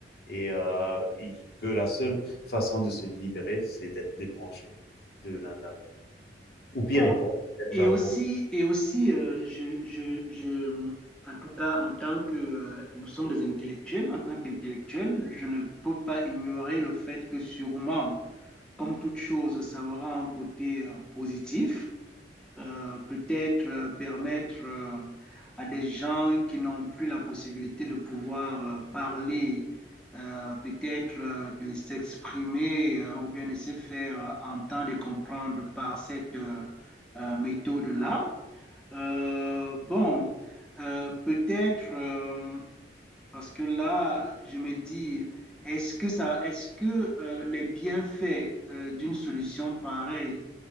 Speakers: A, on the left; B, in the centre.
A: Et, euh, et que la seule façon de se libérer, c'est d'être débranché de l'Internet. Ou pire,
B: Bon,
A: il pourrait être...
B: Et aussi, et aussi euh, je, je, je, en tout cas, en tant que euh, nous sommes des intellectuels, en tant qu'intellectuels, je ne peux pas ignorer le fait que sûrement, comme toute chose, ça aura un côté euh, positif euh, peut-être euh, permettre euh, à des gens qui n'ont plus la possibilité de pouvoir euh, parler, euh, peut-être euh, de s'exprimer euh, ou bien de se faire euh, entendre et comprendre par cette euh, euh, méthode-là. Euh, bon, euh, peut-être... euh, parce que là, je me dis, est-ce que ça, est-ce que euh, les bienfaits euh, d'une solution pareille